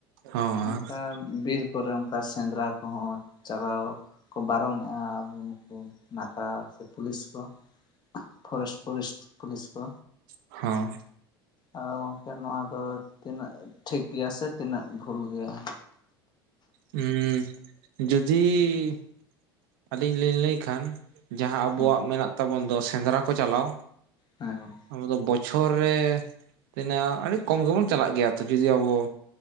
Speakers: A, on the right; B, on the left.
A: ᱦᱚᱸ
B: ᱚᱱᱠᱟ ᱵᱤᱨ <unintelligible> ᱠᱚᱨᱮ ᱚᱱᱠᱟ ᱥᱮᱸᱫᱽᱨᱟ ᱠᱚᱦᱚᱸ ᱪᱟᱞᱟᱣ ᱠᱚ ᱵᱟᱨᱚᱱᱮᱜᱼᱟ ᱟᱵᱚᱼᱼ ᱦᱩᱸ ᱱᱟᱠᱟ ᱥᱮ ᱯᱩᱞᱤᱥ ᱠᱚ ᱯᱷᱚᱨᱮᱥᱴ ᱯᱷᱚᱨᱮᱥᱴ ᱯᱩᱞᱤᱥ ᱠᱚᱼᱼ
A: ᱦᱚᱸ
B: ᱟᱫᱚ ᱜᱚᱝᱠᱮ ᱱᱚᱣᱟ ᱫᱚ ᱛᱤᱱᱟᱹᱜ ᱴᱷᱤᱠ ᱜᱮᱭᱟ ᱥᱮ ᱛᱤᱱᱟᱹᱜ ᱵᱷᱩᱞ ᱜᱮᱭᱟ
A: ᱦᱩᱸ ᱡᱩᱫᱤᱭᱼᱼ ᱟᱹᱞᱤᱧ ᱞᱤᱧ ᱞᱟᱹᱭ ᱠᱷᱟᱱ ᱡᱟᱦᱟᱸ ᱟᱵᱚᱣᱟᱜ
B: ᱦᱮᱸ
A: ᱢᱮᱱᱟᱜ ᱛᱟᱵᱚᱱ ᱫᱚ ᱥᱮᱸᱫᱽᱨᱟ ᱠᱚ ᱪᱟᱞᱟᱣ
B: ᱦᱮᱸ ᱜᱚᱝᱠᱮ
A: ᱟᱵᱚ ᱫᱚ ᱵᱚᱪᱷᱚᱨ ᱨᱮ ᱛᱤᱱᱟᱹᱜ ᱟᱰᱤ ᱠᱚᱢ ᱜᱮᱵᱚᱱ ᱪᱟᱞᱟᱜ ᱜᱮᱭᱟ ᱛᱚ ᱡᱩᱫᱤ ᱟᱵᱚᱼᱼ